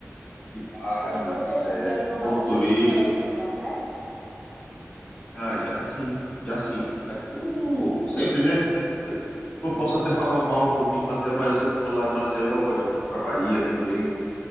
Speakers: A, on the left; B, in the centre.
A: de bares,
B: E você já
A: é,
B: viajou bastante
A: ponto turístico
B: por aí pelo Nordeste?
A: Ah, já sim, já sim. Aqui eu vou sempre, né? Eu, eu posso até falar mal um pouquinho de Maceió, mas eu sempre tô lá em Maceió, já fui pra Bahia também,